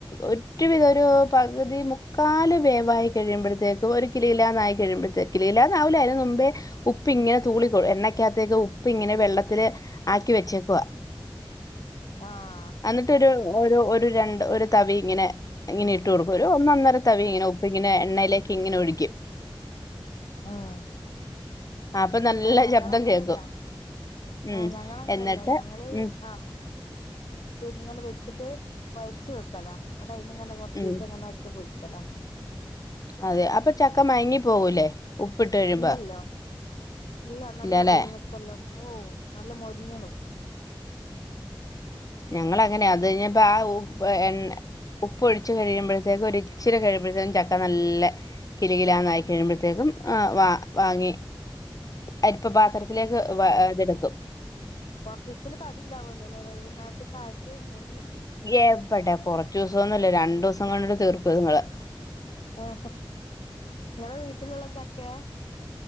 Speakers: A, on the left (about 40°); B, on the left (about 85°).
A: ഒറ്റവിധം ഒരു പകുതി മുക്കാൽ വേവായി കഴിയുമ്പോഴത്തേക്ക് ഇപ്പ ഒരു കിലില്ലാന്നായിയി കഴുമ്പഴേ കിലില്ലാന്നാവില്ല അതിന് മുമ്പേ ഉപ്പി ഇങ്ങനെ തൂളിക്കും എണക്ക ഉപ്പ് ഇങ്ങനെ വെള്ളത്തില് ആക്കി വെച്ചേക്കുക.
B: ആഹ
A: എന്നിട്ട് ഒരു രണ്ട് ഒരു തവി ഇങ്ങനെ. ഇങ്ങനെ ഇട്ട് കൊടുക്കും ഒരു ഒന്ന അന്നര തവി ഇങ്ങനെ ഉപ്പി ഇങ്ങെ എണ്ണയിലേക്ക് ഇങ്ങനെ ഒഴിക്കും.
B: ഉം
A: അപ്പൊ നല്ല
B: ഏ ഞങ്ങൾ
A: ശബ്ദം
B: അങ്ങനെല്ല
A: കേൾക്കും ഉം
B: ആ് ഞങ്ങ അങ്ങനെയല്ല
A: എന്നിട്ട്
B: ഞങ്ങള്
A: ഉം
B: ആ ഇങ്ങനെ വെച്ചിട്ട് കുഴച്ച് വെക്ലല ഇന്നട് അഇന്ന് ഇങ്ങനെ കൊറച്ച
A: ഉം
B: ചീച്ച അങ്ങനെ നട്ട് പൊരിക്കലാ.
A: അതെ അപ്പൊ ചക്ക മയങ്ങി പോകൂല്ലേ ഉപ്പിട്ട് കഴിയുമ്പോ.
B: ഇല്ലല്ലോ ഇല്ല നല്ല
A: ഇല്ലല്ലെ
B: തീല് നക്കുവല്ലോ ഓ നല്ല മൊരിഞ് നിക്കും.
A: ഞങ്ങള് അങ്ങനെ അത് കഴിഞ്ഞപ്പോ ആ എണ് ഉപ്പ് ഒഴിച്ചച്ച് കഴിയുമ്പോഴത്തേക്കും. ഒരുരിച്ചിരി കഴിയ്പഴേക്കും ചക്ക നല്ല കിലുകിലാ നായി കഴിയുമ്പോഴത്തേക്കും വാ വാങ്ങി. അരിപ്പ പാത്രത്തിലേക് വ ഇതെടുക്കും
B: കൊറച്ചി ദിവസത്തിന് കടി ഉണ്ടാവല്ലോ അല്ലെ വൈകുന്നേരത്തെ ചായക്ക്. മൂന്ന്
A: എവട്ടൊ കൊറച്ച് ദിവസംന്നുംല്ല രണ്ടു ദിവസം കൊണ്ടിട്ട് തീർക്കു നിങ്ങള്.
B: ഏ നിങ്ങളടെ വീട്ടിലുള്ള ചക്കയ